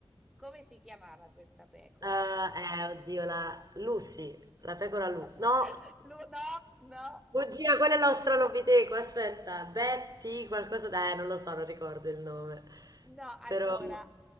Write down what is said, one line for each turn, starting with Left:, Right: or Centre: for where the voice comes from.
Centre: Come si chiamava questa pecora?
Right: Ah, eh, oddio, la Lucy, la pecora
Centre: <laughs>
Right: Lu. No,
Centre: Lu- no, no.
Right: bugia, quella è l'australopiteco, aspetta. Betty, qualcosa... da... Eh, non lo so, non ricordo il nome.
Centre: No, allora,
Right: Però...